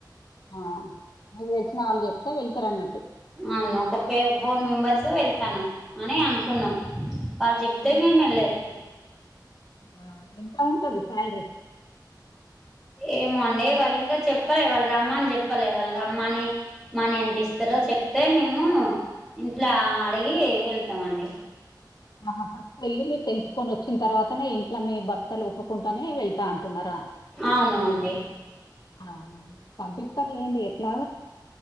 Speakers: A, on the left; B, in the centre.
A: ఆ మీకు వెలిసిన వాళ్ళు చెప్తే వెళ్తారు అన్నట్టు
B: అవును ఒక ఫే ఫోర్ మెంబర్స్ వెళ్తాను అని అనుకున్నాం వాళ్ళు చెప్తే
A: ఎంత
B: మేము వెళ్ళదు
A: ఆ ఎంత ఉంటది సాలరీ
B: ఏమో అండి వాళ్ళు ఇంకా చెప్పలే వాళ్ళు రమ్మని చెప్పలే వాళ్ళు రమ్మని మన ఏంటి ఇస్తారో చెప్తే మేము ఇంట్లో అడిగి వెళ్తామ అండి
A: ఆహా ఫస్ట్ వెళ్ళి మీరు తెలుసుకొని వచ్చిన తర్వాతనే ఇంట్లో మీ భర్తలు ఒప్పుకుంటూనే వెళ్తా అంట న్నరా
B: అవును అండి
A: ఆ పంపిస్తారులే ఏంటి ఎట్లా